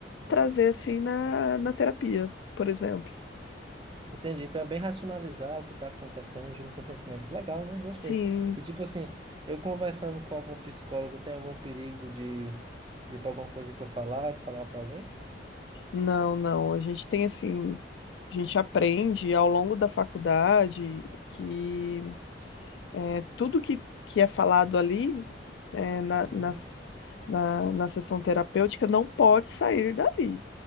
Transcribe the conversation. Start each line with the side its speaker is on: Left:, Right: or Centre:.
Left: trazer assim na, na terapia, por exemplo.
Right: Entendi. Então é bem racionalizar o que está acontecendo junto com os sentimentos. Legal, né? Gostei.
Left: Sim.
Right: E tipo assim, eu conversando com algum psicólogo, tem algum perigo de, de ir pra alguma coisa que eu falar, de falar para alguém?
Left: Não, não. A gente tem assim, a gente aprende ao longo da faculdade que é, tudo que, que é falado ali é, na,
Right: Uhum,
Left: nas- na, na sessão terapêutica não pode sair dali.